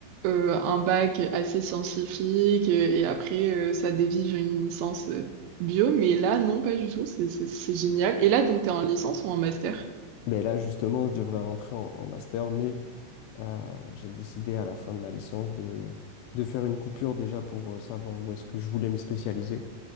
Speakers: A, on the right (about 80°); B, on the left (about 80°).
A: euh, un bac assez scientifique euh, et après euh, ça dévie vers une licence euh, bio. Mais là, non, pas du tout. C'est c'est- c'est génial. Et là, donc, t'es en licence ou en master?
B: Mais là, justement, je devrais rentrer en, en master, mais euh, j'ai décidé à la fin de ma licence de, de faire une coupure déjà pour euh, savoir où est-ce que je voulais me spécialiser,